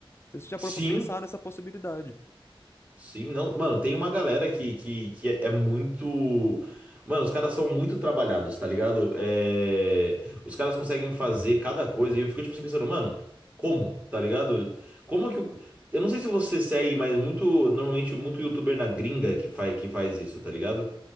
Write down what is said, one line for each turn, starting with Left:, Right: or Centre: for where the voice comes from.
Left: Não sei se Você já
Right: Sim,
Left: parou pra pensar nessa possibilidade?
Right: Sim, não. Mano, tem uma galera que, que, que é é muito. Mano, os caras são muito trabalhados, tá ligado? É... Os caras conseguem fazer cada coisa. E eu fico, tipo assim, pensando, mano, como? Tá ligado? Como que o. Eu não sei se você segue, mas muito. Normalmente, muito youtuber na gringa que faz, que faz isso, tá ligado?